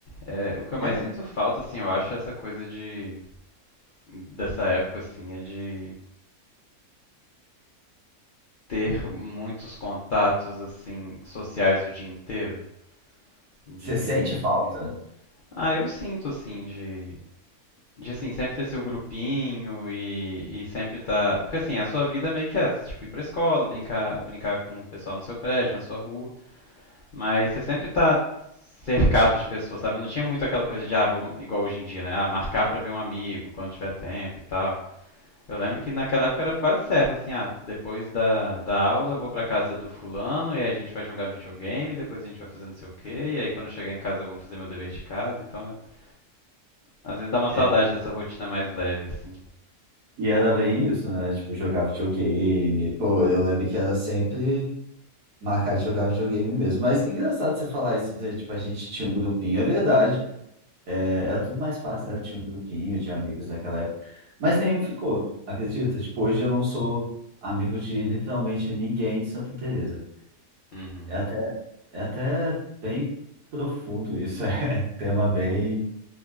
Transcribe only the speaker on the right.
É.
Você sente falta?
É.
E era bem isso, né? Tipo, jogar videogame. Pô, eu lembro que era sempre marcar de jogar videogame mesmo. Mas engraçado você falar isso de, tipo, a gente tinha um grupinho. É verdade. É, era tudo mais fácil, né? Eu tinha um grupinho de amigos naquela época. Mas nenhum ficou, acredita? Tipo, hoje eu não sou amigo de literalmente ninguém de Santa Teresa.
É até, é até bem profundo isso. <laughs> É tema bem